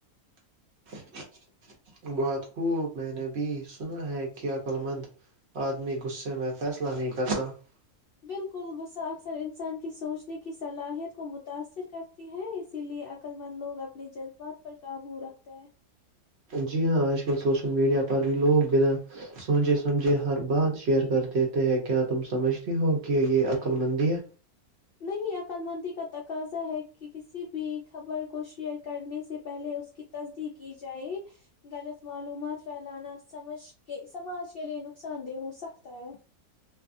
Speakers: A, on the right; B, on the left.
A: <inaudible>
B: بالکل کل سا اکثر انسان کی سوچنے کی صلاحیت کو متاثر کرتی ہے اسی لیے عقل مند لوگ اپنے جذبات پر قابو رکھتے ہیں
A: جی ہاں آج کل سوشل میڈیا پر بھی لوگ بنا سوچے سمجھے ہر بات شیئر کر دیتے ہیں کیا تم سمجھتی ہو کہ یہ عقل مندی ہے
B: نہیں عقل مندی کا تقاضا ہے کہ کسی بھی خبر کو شیئر کرنے سے پہلے اس کی تصدیق کی جائے غلط معلومات پھیلانا سمج کے سماج کے لیے نقصان دہ ہو سکتا ہے